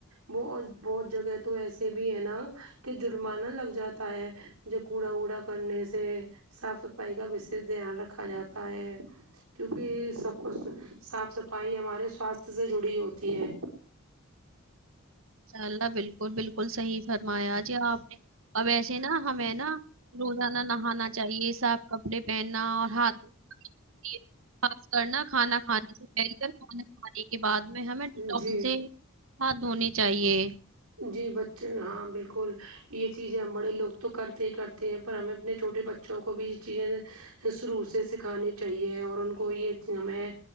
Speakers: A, on the right; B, on the right.
A: ب بہت جگہ تو ایسے بھی ہے نا کہ جرمانہ لگ جاتا ہے جو کوڑا وڑا کرنے سے صاف صفائی کا وشیش دھیان رکھا جاتا ہے کیونکہ صاف صفائی ہمارے سواستھ سے جڑی ہوتی ہے
B: انشاء اللہ بالکل بالکل صحیح فرمایا جی آپ نے اب ایسے نا ہمیں نا روزانہ نہانا چاہیے صاف کپڑے پہننا اور ہاتھ دوے خاص کرنا کھانا کھانے سے پہلے اور کھانا کھانے کے بعد میں ہمیں ڈٹول
A: جی
B: سے ہاتھ دھونے چاہیے
A: جی بچے ہاں بالکل یہ چیزیں ہم بڑے لوگ تو کرتے ہی کرتے ہیں پر ہمیں اپنے چھوٹے بچے بچوں کو بھی یہ چیزیں شروع سے سکھانی چاہیے اور ان کو یہ ہمیں